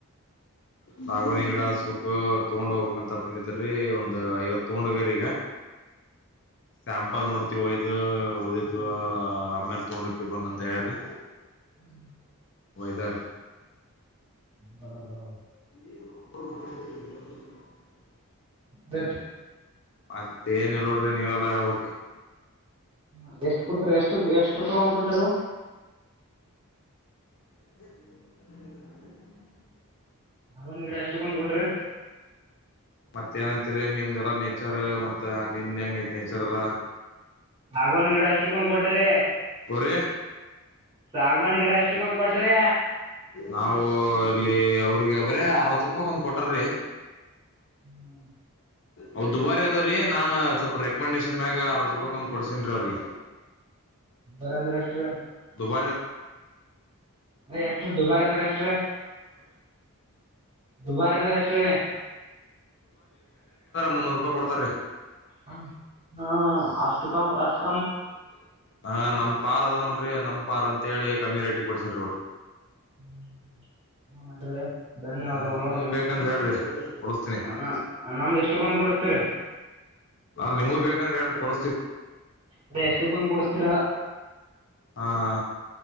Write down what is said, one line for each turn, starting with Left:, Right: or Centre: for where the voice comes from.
Left: ಸಾಗವಾಣಿ ಗಿಡ ಹಸ್ಬೇಕಕ್ ತಗೊಂಡ್ ಹೋಗ್ಬೇಕಕ್ ಅಂತ ಬಂದಿದ್ರಿ ಒಂದ್ ಐವತ್ ತಗೊಂಡೋಗ್ರೀಗ ಸ್ಯಾಂಪಲ್ ನೋಡ್ ತ್ತ ಒಯ್ದ ಉಳ್ದಿದ್ದು ಆಮೇಲೆ ತೊಡೋಕೆ ಬಂದಂತ ಹೇಳಾರಿ
Right: ಹ್ಮ
Left: ಒದರ್
Right: ಹ್ಮರರ
Left: <inaudible>
Right: ಮತ್ತೆ
Left: ಮತ್ತೇಏನ್ ಇಲ್ ನೋಡ್ರಿ ನೀವೆಲ್ಲ ಯಾವಕ್
Right: ಹ ಎಷ್ಟು ಕುಟ್ಟ ಎಷ್ಟು ಎಷ್ಟ ರೂಪಾಯಿ ಒಂದ್ಕ ಕೊಟ್ಟ್ರರು
Left: ಹ್ಮ್ಮ್ ಹ್ಮ ಹ
Right: ಆಬನ ಗಿಡ ಎಷ್ಟುಕೊಂಡ್ ಕೊಟ್ರಿ
Left: ಮತ್ತ ಏನಂತರಿ ನಿಮ್ದ ಎಲ್ಲ ನೇಚರ್ ಮತ್ ನಿಮ್ದ್ ಹೆಂಗ ಐತಿ ನೇಚರ್ ಎಲ್ಲ
Right: ಸಾಗವಾನಿ ಗಿಡ ಎಷ್ಟಕ್ಕೊಂದ್ ಕೊಟ್ರಿ
Left: ಪ <inaudible>
Right: ಸಾಗವಾನಿ ಗಿಡ ಎಷ್ಟಕ್ಕೊಂದ್ ಕೊಟ್ರಿ
Left: ನಾವು ಅಲ್ಲಿ ಅವ್ರಿಗೆ ಬರ ಅರವತ್ ರೂಪಾಯ ಒಂದ್ ಕೊಟಾರಿ
Right: ಹ್ಮ
Left: ಅವ್ ದುಬಾರಿ ಅದಾವ್ರೀ ನಾನ್ ಸ್ವಲ್ಪ ರೆಕಮೆಂಡೇಶನ್ ಮ್ಯಾಗ ಅರವತ್ತು ರೂಪಾಯಿ ಒಂದು ಕೊಡ್ಸಿನನ್ ರೀ ಅವ್ರಿಗೆ
Right: ಬರಂದ್ರೆ ಎಷ್ಟುರಿ <unintelligible>
Left: <unintelligible> <unintelligible>
Right: ಎಷ್ಟ್ರೀ ದುಬಾರಿ ಅಂದ್ರೆ ಎಷ್ಟ್ರೀ ದುಬಾರಿ ಅಂದ್ರೆ ಎಷ್ಟ್ರೀ
Left: ಮುನ್ನೂರುೂಪಾಯಿ ಕೊಡ್ತರಿ.
Right: ಹ ಹಾ ಅಷ್ಟು ಕ ಅಷ್ಟ
Left: ಹ ನಮ್ಮ ಪಾರದ ನೋಡ್ <unintelligible> ನಮ್ <unintelligible> ಅಂತೇಳಿ ಕಮ್ಮಿ ರೇಟಿ ಕೊಡ್ಸ <unintelligible>
Right: <unintelligible> ಧನ್ಯವಾದಗಳು
Left: ಹಾ ನಿಮ್ಗೂ ಬೇಕಂದ್ರೆ ಹೇಳ್ರಿ
Right: <unintelligible>
Left: ಕೊಡಸ್ತೀನಿ
Right: ನಮ್ಗೆ ಎಷ್ಟಕ್ಕಂದು ಕೊಡಸ್ತೀರಿ
Left: ನ ನಿಮ್ಗೂ ಬೇಕಂದ್ರೆ ಹೇಳ್ರಿ ಕೊಡ್
Right: ಅದೇ ಎಷ್ಟಕ್ಕಂದ <unintelligible> ಕುಡಸ್ತೀರಾ
Left: ಹಾ ಹಾ